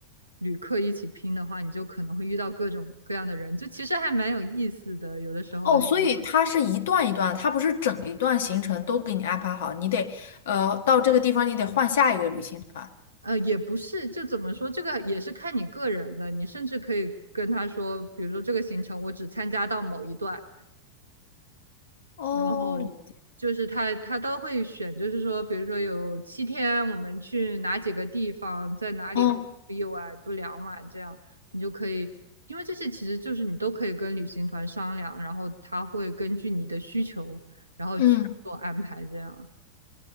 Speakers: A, on the right; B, on the left.
A: 旅客一起拼的话，你就可能会遇到各种各样的人，就其实还蛮有意思的。有的时候聊一，
B: 哦，所以它是一段一段，它不是整一段行程都给你安排好，你得呃到这个地方，你得换下一个旅行团。
A: 呃，也不是，就怎么说，这个也是看你个人的。你甚至可以跟他说，比如说这个行程我只参加到某一段，
B: 哦，
A: 然后就是他他都会选，
B: 了解
A: 就是说，比如说有七天，我们去哪几个地方，在哪里会住一晚、
B: 哦，
A: 住两晚，这样你就可以，因为这些其实就是你都可以跟旅行团商量，然后他会根据你的需求，然后去做安排。
B: 嗯，
A: 这样，